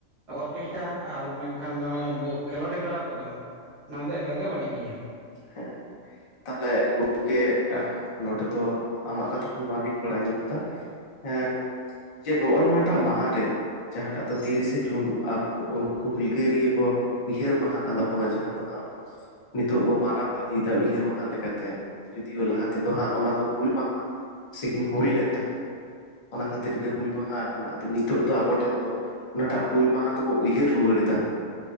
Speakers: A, on the right; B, on the left.
A: ᱚᱨᱠᱮᱥᱴᱟᱨ ᱟᱨ ᱢᱮᱱᱠᱷᱟᱱ ᱠᱷᱮᱞᱳᱰ ᱦᱮᱯᱨᱟᱣ ᱠᱚᱫᱚ ᱚᱱᱟ ᱫᱚ ᱮᱠᱟᱞᱜ ᱵᱟᱹᱲᱤᱡ ᱜᱮᱭᱟ᱾
B: ᱦᱮᱸ ᱛᱟᱦᱞᱮ ᱜᱚᱢᱠᱮ ᱱᱚᱰᱮ ᱫᱚ ᱟᱢᱟᱜ ᱠᱟᱛᱷᱟ ᱦᱚᱸ ᱱᱚᱣᱟᱜᱤᱧ ᱵᱟᱲᱟᱭ ᱧᱟᱢᱫᱟ ᱦᱮᱸ ᱡᱮ ᱱᱚᱜᱼᱚ ᱱᱚᱣᱟᱴᱟᱜ ᱢᱟᱦᱟ ᱨᱮ ᱡᱟᱦᱟᱸᱴᱟᱜ ᱫᱚ ᱛᱤᱨᱤᱥᱮ ᱡᱩᱱ ᱟᱵ ᱱᱩᱠᱩ ᱦᱩᱞᱠᱟᱹᱨᱤᱭᱟᱹ ᱠᱚ ᱩᱭᱦᱟᱹᱨ ᱢᱟᱦᱟ ᱠᱟᱱ ᱛᱟᱵᱚᱱᱟ ᱡᱟᱦᱟᱸ ᱫᱚ ᱦᱟᱸᱜ ᱱᱤᱛᱚᱜ ᱵᱚ ᱢ ᱚᱱᱟ ᱤᱫᱤᱭᱮᱫᱟ ᱩᱭᱦᱟᱹᱨ ᱢᱟᱦᱟ ᱞᱮᱠᱟᱛᱮ ᱡᱩᱫᱤᱭᱳ
A: ᱴᱷᱤᱠ
B: ᱞᱟᱦᱟ ᱛᱮᱫᱚ ᱦᱟᱸᱜ ᱚᱱᱟ ᱫᱚ ᱦᱩᱞ ᱢᱟᱦᱟ ᱥᱮᱠᱤᱱ ᱦᱩᱞ ᱞᱮᱫ ᱛᱟᱦᱮᱱᱟ ᱚᱱᱟ
A: ᱦᱩᱸ
B: ᱠᱷᱟᱹᱛᱤᱨ ᱜᱮ ᱦᱩᱞ ᱢᱟᱦᱟ ᱟ ᱱᱤᱛᱚᱜ ᱫᱚ ᱟᱵᱚ ᱴᱷᱮᱱ ᱫᱚ ᱚᱱᱟᱴᱟᱜ ᱦᱩᱞ ᱢᱟᱦᱟ ᱫᱚᱵᱚᱱ ᱩᱭᱦᱟᱹᱨ ᱨᱩᱣᱟᱹᱲ ᱮᱫᱟ᱾